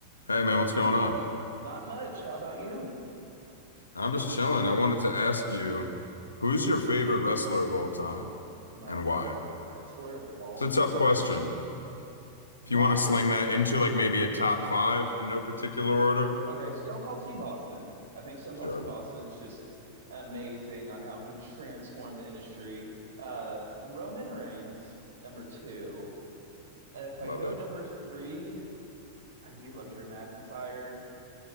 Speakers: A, on the left (about 75°); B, on the right (about 65°).
A: Hey man, what's going on?
B: Not much. How about you?
A: I'm just chilling. I wanted to ask you, who's your favorite wrestler of all time
B: My
A: and why?
B: favorite wrestler of all
A: It's
B: time?
A: a tough question.
B: Yeah,
A: If you want to
B: because
A: sling
B: you,
A: that into like maybe a top five in no particular order,
B: okay, Stone Cold Steve Austin. I think Stone
A: sure.
B: Cold Steve Austin is just amazing on how he transformed the industry. Uh, Roman Reigns, number two. Uh, if I
A: Love
B: go
A: it.
B: number three, I do love Drew McIntyre.